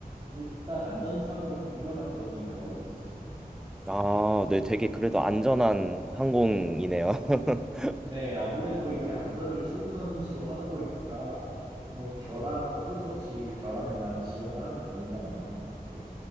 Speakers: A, on the right; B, in the centre.
A: 일단 안전사고는 일어난 적이 거의 없었어요.
B: 아, 네, 되게 그래도 안전한 항공이네요. <laughs>
A: 네, 아무래도 이제 안전을 최우선시로 하다 보니까 뭐 결항 어쩔 수 없이 결항이나 지연을 하는 경우가 많은 것 같아요.